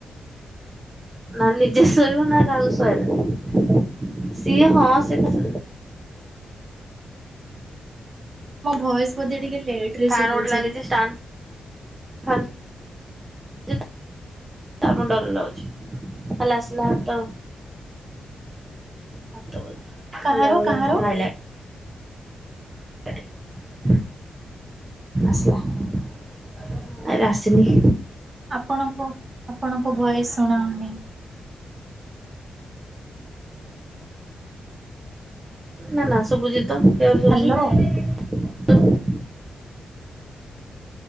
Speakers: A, on the right; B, on the right.
A: ନା ନିଜେ ଶୋଇବ ନା କାହାକୁ ସୁଆଇ ଦବ ସିଏ ହଁ ସେ କଥା
B: ମୋ ଭଏସ ବୋଧେ ଟିକେ ଲେଟ ରେ
A: ଫ୍ୟାନ
B: ଶୁଭୁଛି
A: ଗୋଟେ ଲାଗିଛି ଷ୍ଟାଣ୍ଡ ଫ୍ୟାନ ତା ପାଇଁ ଡର ଲାଗୁଚି କାଳେ ଆସିଲେ ହାତ ହାତ <inaudible> ହେଲାଭଳି
B: କାହାର କାହାର
A: ହଉନି <inaudible> ଆସିଲା ଆରେ ଆରେ ଆସିନି।
B: ଆପଣଙ୍କ ଆପଣଙ୍କ ଭଏସ ଶୁଣାଯାଉନି।
A: ନା ନା ଶୁଭୁଛି ତ କ୍ଳିଅର ଶୁଭୁଛି।
B: ହ୍ୟାଲୋ
A: ହ୍ୟାଲୋ